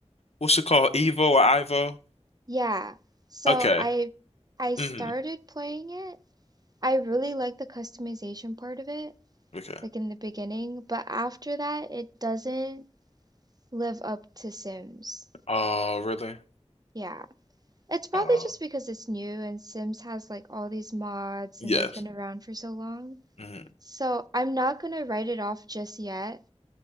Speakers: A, on the left; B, on the right.
A: What's it called? Evo or Ivo?
B: Yeah. So
A: Okay.
B: I I started
A: hmm
B: playing it. I really like the customization part of it,
A: Okay.
B: like in the beginning, but after that it doesn't live up to Sims.
A: Oh, really?
B: Yeah. It's probably
A: Oh,
B: just because it's new and Sims has like all these mods
A: yes.
B: and they've been around for so long.
A: hmm
B: So I'm not gonna write it off just yet,